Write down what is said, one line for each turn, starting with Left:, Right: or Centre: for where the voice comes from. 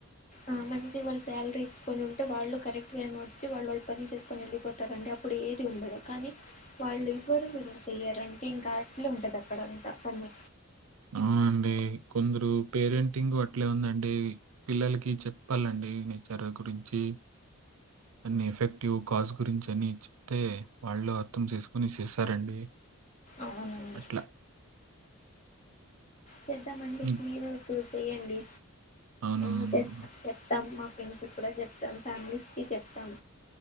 Left: ఆ మంచిగా వాళ్ళ శాలరీ ఇచ్చుకొని ఉంటే వాళ్ళు కరెక్ట్గా ఏమో వచ్చి వాళ్ళ వాళ్ళు పని చేసుకొని వెళ్ళిపోతారండి అప్పుడు ఏది ఉండదు కానీ వాళ్ళు ఎవ్వరు వీళ్ళు చెయ్యరు ఇంకా అట్లు ఉంటది అక్కడంతా అవు
Right: ఆ అండి కొందరు పేరెంటింగ్ ఇట్లే ఉందండి పిల్లలకి చెప్పాలండి నేచర్ గురించి అన్ని ఎఫెక్టివ్ కాజ్ గురించి అన్ని చెప్తే వాళ్ళు అర్థం చేసుకుని చేసారండి
Left: అవునండి
Right: అట్లా
Left: చేద్దామండి
Right: హ్మ్.
Left: మీరు చూసేయండి
Right: అవునవునవును.
Left: ఏమ చేస్తా చెప్తాం మా ఫ్రెండ్స్కి కూడా చెప్తాం ఫ్యామిలీస్ కి చెప్తాం